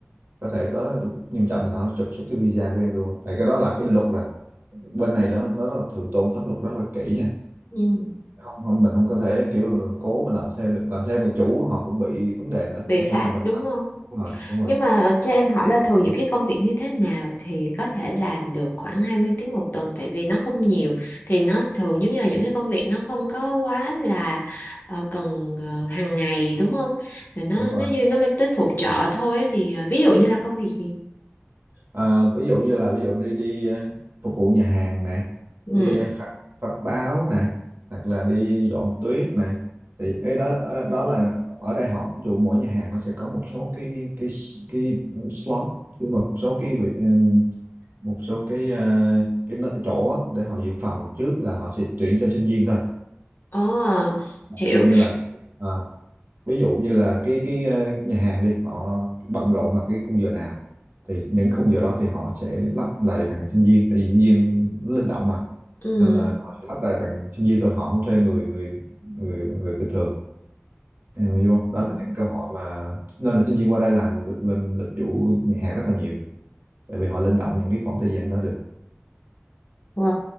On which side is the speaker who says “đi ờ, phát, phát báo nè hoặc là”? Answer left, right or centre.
Right